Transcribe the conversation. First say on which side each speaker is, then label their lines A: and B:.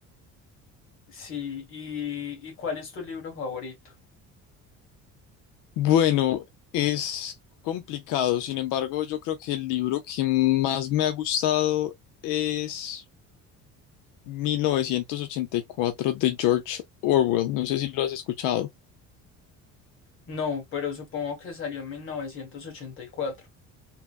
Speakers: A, on the left; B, on the left.
A: Sí, ¿y, y cuál es tu libro favorito?
B: Bueno, es complicado, sin embargo, yo creo que el libro que más me ha gustado es 1984 de George Orwell. No sé si lo has escuchado.
A: No, pero supongo que salió en 1984.